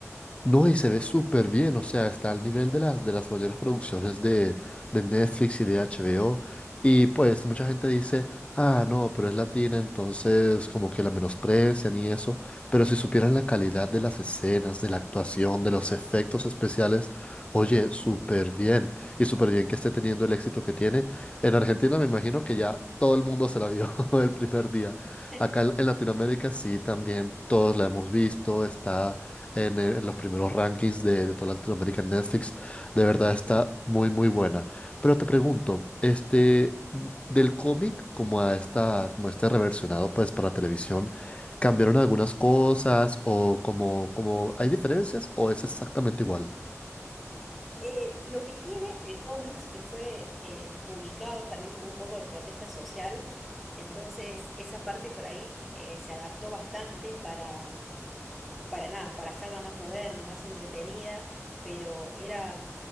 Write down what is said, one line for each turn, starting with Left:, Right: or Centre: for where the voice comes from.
Left: No, y se ve súper bien, o sea, está al nivel de las, de las mayores producciones de, de Netflix y de HBO. Y pues mucha gente dice, ah, no, pero es latina, entonces como que la menosprecian y eso. Pero si supieran la calidad de las escenas, de la actuación, de los efectos especiales, oye, súper bien. Y súper bien que esté teniendo el éxito que tiene. En Argentina me imagino que ya todo el mundo se la vio <laughs> el primer día.
Centre: <laughs>
Left: Acá en en Latinoamérica sí, también todos la hemos visto, está en, eh, en los primeros rankings de, de toda Latinoamérica en Netflix. De verdad está muy, muy buena. Pero te pregunto, este, del cómic como a esta, como a este reversionado pues para televisión, ¿cambiaron algunas cosas o como, como hay diferencias o es exactamente igual?
Centre: Eh, lo que tiene el cómics, que fue eh, publicado también como un poco de protesta social, entonces esa parte por ahí eh, se adaptó bastante para para nada, para hacerla más moderna, más entretenida, pero era,